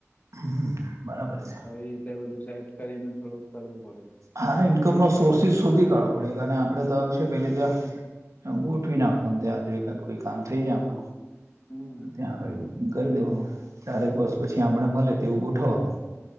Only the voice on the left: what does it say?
આવી રીતે બધું સેત કરી ને થોડુંક કરવું પડે.
હમ
હમ